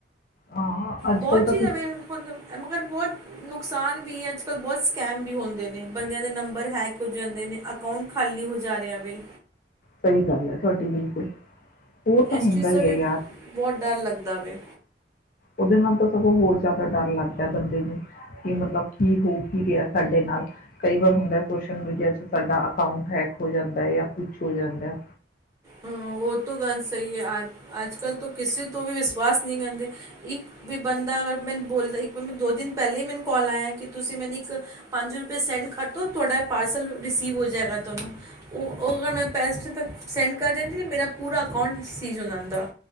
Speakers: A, on the left; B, on the right.
A: ਹਾਂ ਅੱਜ
B: ਬਹੁਤ
A: ਕੱਲ ਤਾਂ
B: ਚੀਜ਼ਾਂ
A: ਤੁਸੀਂ
B: ਐਵੇਂ ਹੁਨ ਐਮਾ ਬਟ ਬਹੁਤ ਨੁਕਸਾਨ ਵੀ ਹੈ ਅੱਜਕੱਲ੍ਹ ਬਹੁਤ ਸਕੈਮ ਵੀ ਹੁੰਦੇ ਨੇ, ਬੰਦਿਆਂ ਦੇ ਨੰਬਰ ਹੈਕ ਹੋ ਜਾਂਦੇ ਨੇ ਅਕਾਊਂਟ ਖਾਲੀ ਹੋ ਜਾ ਰਿਹਾ ਵੇ।
A: ਸਹੀ ਗੱਲ ਹੈ ਤੁਹਾਡੀ ਬਿਲਕੁਲ। ਉਹ ਤਾਂ
B: ਇਸ
A: ਹੁੰਦਾ
B: ਚੀਜ਼
A: ਹੀ
B: ਦਾ ਵੀ
A: ਹੈ ਯਾਰ।
B: ਬਹੁਤ ਡਰ ਲੱਗਦਾ ਵੇ।
A: ਉਹਦੇ ਨਾਲ ਤਾਂ ਸਗੋਂ ਹੋਰ ਜ਼ਿਆਦਾ ਡਰ ਲੱਗਦਾ ਬੰਦੇ ਨੂੰ ਕਿ ਮਤਲਬ ਕੀ ਹੋ ਕੀ ਰਿਹਾ ਸਾਡੇ ਨਾਲ, ਕਈ ਵਾਰ ਹੁੰਦਾ ਸੋਸ਼ਲ ਮੀਡੀਆ 'ਚ ਸਾਡਾ ਅਕਾਊਂਟ ਹੈਕ ਹੋ ਜਾਂਦਾ ਜਾਂ ਕੁਛ ਹੋ ਜਾਂਦਾ।
B: ਹਾਂ ਉਹ ਤੋ ਗੱਲ ਸਹੀ ਹੈ ਯਾਰ, ਅੱਜਕੱਲ੍ਹ ਤੋਂ ਕਿਸੇ ਤੋਂ ਵੀ ਵਿਸਵਾਸ ਨਹੀਂ ਕਹਿੰਦੇ, ਇੱਕ ਵੀ ਬੰਦਾ ਅਗਰ ਮੈਨੂੰ ਬੋਲਦਾ ਇੱਕ ਮੈਂ ਦੋ ਦਿਨ ਪਹਿਲਾਂ ਹੀ ਮੈਨੂੰ ਕਾਲ ਆਇਆ ਕਿ ਤੁਸੀਂ ਮੈਨੂੰ ਇੱਕ ਪੰਜ ਰੁਪਏ ਸੈਂਡ ਕਰ ਦੋ ਤੁਹਾਡਾ ਪਾਰਸਲ ਰਿਸੀਵ ਹੋ ਜਾਏਗਾ ਤੁਹਾਨੂੰ। ਉਹ ਕਹਿਣ ਪੈਸੇ ਕੱਲ ਕਹਿੰਦੇ ਸੀ ਮੇਰਾ ਪੂਰਾ ਅਕਾਊਂਟ ਸੀਜ਼ ਹੋ ਜਾਂਦਾ।